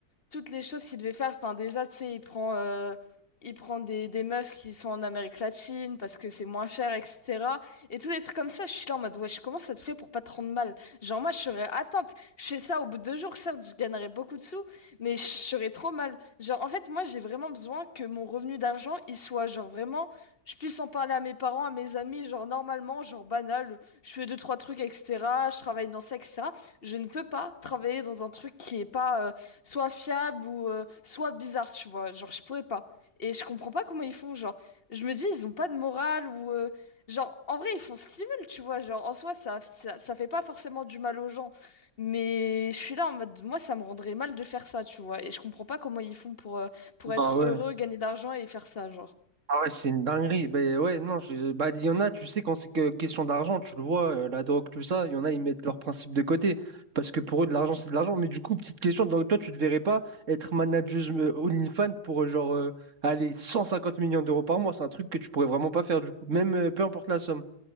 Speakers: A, on the left (about 35°); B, on the right (about 50°).
A: toutes les choses qu'il devait faire. Enfin, déjà, tu sais, il prend, euh, il prend des, des meufs qui sont en Amérique latine parce que c'est moins cher, etc. Et tous les trucs comme ça, je suis là en mode, wesh, comment ça te fait pour pas te rendre mal? Genre, moi, je serais atteinte. Je fais ça au bout de deux jours, certes, je gagnerais beaucoup de sous, mais je serais trop mal. Genre, en fait, moi, j'ai vraiment besoin que mon revenu d'argent, il soit, genre, vraiment, je puisse en parler à mes parents, à mes amis, genre, normalement, genre, banal. Je fais deux, trois trucs, etc. Je travaille dans ça, etc. Je ne peux pas travailler dans un truc qui est pas. euh, soit fiable ou euh, soit bizarre, tu vois. Genre, je pourrais pas. Et je comprends pas comment ils font. Genre, je me dis, ils ont pas de morale ou. euh, genre, en vrai, ils font ce qu'ils veulent, tu vois. Genre, en soi, ça, ça, ça fait pas forcément du mal aux gens. Mais je suis là en mode, moi, ça me rendrait mal de faire ça, tu vois. Et je comprends pas comment ils font pour, euh, pour
B: Bah
A: être
B: ouais.
A: heureux, gagner de l'argent et faire ça, genre.
B: Ah ouais, c'est une dinguerie. Ben ouais, non, je- bah, il y en a, tu sais, quand c'est que question d'argent, tu le vois, euh, la drogue, tout ça, il y en a, ils mettent leurs principes de côté. Parce que pour eux, de l'argent, c'est de l'argent. Mais du coup, petite question, donc toi, tu te verrais pas être manager euh, OnlyFans pour euh, genre euh, allez, 150 millions d'euros par mois. C'est un truc que tu pourrais vraiment pas faire, du coup. Même euh, peu importe la somme.